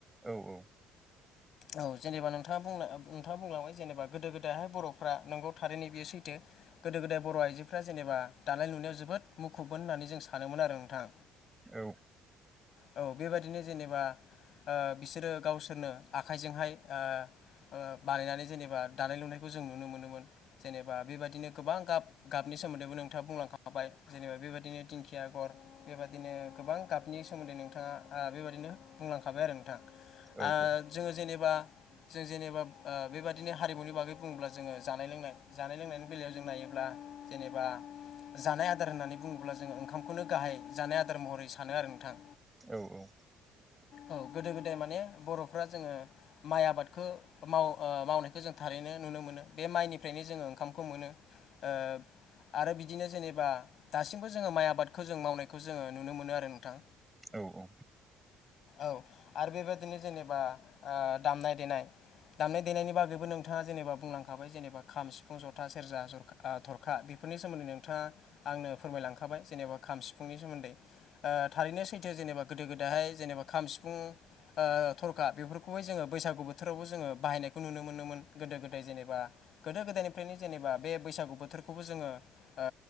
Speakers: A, on the right; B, on the left.
A: औ औ।
B: औ जेनेबा नोंथाङा बुंनो ओ नोंथाङा बुंलांबाय जेनेबा गोदो गोदायहाय बर'फ्रा नंगौ थारै बियो सैथो। गोदो गोदाय बर' आइजोफ्रा जेनेबा दानाय लुनायाव जोबोद मुखुबमोन होननानै जों सानोमोन आरो नोंथां।
A: औ
B: औ बेबादिनो जेनेबा ओ बिसोरो गावसोरनो आखाइजोंहाय ओ ओ बानायनानै जेनेबा दानाय लुनायखौ जों नुनो मोनोमोन। जेनेबा बेबादिनो गोबां गाब गाबनि सोमोन्दैबो नोंथाङा बुंलांखाबाय जेनेबा बेबादिनो दिंखिया आगर बेबादिनो गोबां गाबनि सोमोन्दै नोंथाङा ओ बेबायदिनो बुंलांखाबाय आरो नोंथां।
A: औ
B: ओ
A: औ।
B: जोङो जेनेबा जों जेनेबा ओ बेबादिनो हारिमुनि बागै बुङोब्ला जोङो जानाय लोंनाय जानाय लोंनायनि बेलायाव जों नायोब्ला जेनेबा जानाय आदार होननानै बुङोब्ला जोङो ओंखामखौनो गाहाय जानाय आदार महरै सानो आरो नोंथां।
A: औ औ।
B: औ गोदो गोदाय माने बर' फोरा जोङो माइ आबादखौ माव ओ मावनायखौ जों थारैनो नुनो मोनो बे माइनिफ्रायनो जोङो ओंखामखौ मोनो ओ आरो बि दिनो जेनेबा दासिमबो जोङो माइ आबादखौ जों मावनायखौ जोङो नुनो मोनो आरो नोंथां।
A: औ औ।
B: औ आरो बेबायाददिनो जेनेबा ओ दामनाय देनाय दामनाय देनायनि बागैबो नोंथाङा जेनेबा बुंलांखाबाय जेनेबा खाम, सिफुं, ज'था, सेरजा, ज'रखा ओ थ'रखा बे फोरनि सोमोन्दै नोंथाङा आंनो फोरमायलांखाबाय जेनेबा खाम, सिफुंनि सोमोन्दै। ओ थारैनो सैथो जेनेबा गोदो गोदाहाय जेनेबा खाम सिफुं ओ थ'रखा बेफोरखौबो जोङो बैसागु बोथोरावबो जोङो बाहायनायखौ नुनो मोनोमोन गोदो गोदाय जेनेबा गोदो गोदाय फ्रायनो जेनेबा बे बैसागु बोथोरखौबो जोङो ओ